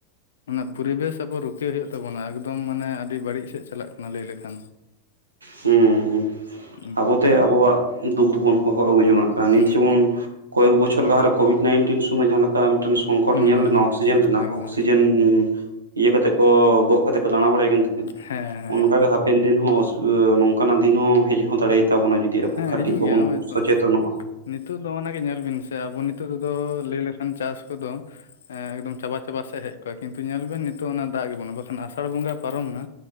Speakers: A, on the left; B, on the right.
A: ᱚᱱᱟ ᱯᱚᱨᱤᱵᱮᱥ ᱟᱵᱚ ᱨᱩᱠᱦᱤᱭᱟᱹᱦᱳᱭᱩᱜ ᱛᱟᱵᱚᱱᱟ, ᱮᱠᱫᱚᱢ ᱢᱟᱱᱮ ᱟᱹᱰᱤ ᱵᱟᱹᱲᱤᱡ ᱥᱮᱫ ᱪᱟᱞᱟᱜ ᱠᱟᱱᱟ ᱞᱟᱹᱭ ᱞᱮᱠᱷᱟᱱ ᱾
B: ᱦᱢ
A: ᱦᱩᱸ
B: ᱟᱵᱚᱛᱮ ᱟᱵᱚᱣᱟᱜ ᱫᱩᱠ ᱫᱚᱵᱚᱱ ᱦᱚᱦᱚ ᱟᱹᱜᱩ ᱡᱚᱝᱟᱜ ᱠᱟᱱ ᱱᱤᱛ
A: ᱦᱩᱸ
B: ᱡᱮᱢᱚᱱ ᱠᱚᱭᱮᱠ ᱵᱚᱪᱷᱚᱨ ᱞᱟᱦᱟᱨᱮ, ᱠᱳᱵᱷᱤᱰ ᱱᱟᱭᱤᱱᱴᱤᱱ ᱥᱳᱢᱚᱭ ᱡᱟᱦᱟᱸ ᱞᱮᱠᱟ, ᱚᱱᱠᱟ ᱢᱤᱫᱴᱮᱱ ᱥᱚᱝᱠᱚᱴ
A: ᱦᱩᱸ
B: ᱧᱮᱞ ᱞᱮᱱᱟ
A: ᱦᱩᱸ
B: ᱚᱠᱥᱤᱡᱮᱱ ᱨᱮᱱᱟᱜ,
A: ᱮᱠᱫᱚᱢ
B: ᱚᱠᱤᱡᱮᱱ ᱡᱮᱱ ᱤᱭᱟᱹ ᱠᱟᱛᱮ ᱠᱚ ᱜᱚᱜ ᱠᱟᱛᱮ ᱠᱚ ᱫᱟᱬᱟ ᱵᱟᱲᱟᱭ ᱠᱟᱱ ᱛᱟᱦᱮᱸᱫ,
A: ᱦᱮᱸ ᱦᱮᱸ
B: ᱚᱱᱠᱟ ᱜᱮ ᱦᱟ ᱦᱟᱯᱮᱱ ᱫᱤᱱ ᱦᱚᱸ ᱚᱥᱩᱵ ᱱᱚᱝᱠᱟᱱᱟᱜ ᱫᱤᱱ ᱦᱚᱸ ᱦᱮᱡ ᱦᱚᱸ ᱫᱟᱲᱮᱭᱟᱜ ᱛᱟᱵᱚᱱᱟ, ᱡᱩᱫᱤ ᱟᱵᱚ
A: ᱦᱮᱸ
B: ᱠᱟᱹᱴᱤᱡ
A: ᱦᱤᱡᱩᱜ
B: ᱵᱟᱵᱚᱱ
A: ᱜᱮᱭᱟ ᱱᱚᱜᱼᱚᱭ ᱛᱚ
B: ᱥᱚᱪᱮᱛᱚᱱᱚᱜᱼᱟ᱾
A: ᱱᱤᱛᱚᱜ ᱫᱚ ᱚᱱᱟᱜᱮ ᱧᱮᱞ ᱵᱤᱱ ᱥᱮ, ᱟᱵᱚ ᱱᱤᱛᱚᱜ ᱫᱚ ᱞᱟᱹᱭ ᱞᱮᱠᱷᱟᱱ ᱪᱟᱥ ᱠᱚᱫᱚ, ᱮᱠᱫᱚᱢ ᱪᱟᱵᱟ ᱪᱟᱵᱟ ᱥᱮᱫ ᱦᱮᱡ ᱠᱚᱜᱼᱟ, ᱠᱤᱱᱛᱩ ᱧᱮᱞ ᱵᱮᱱ ᱱᱤᱛᱚᱜ ᱚᱱᱟ ᱫᱟᱜ ᱜᱮ ᱵᱚᱱᱩᱜ ᱵᱟᱠᱷᱟᱱ ᱟᱥᱟᱲ ᱵᱚᱸᱜᱟ ᱯᱟᱨᱚᱢᱱᱟ,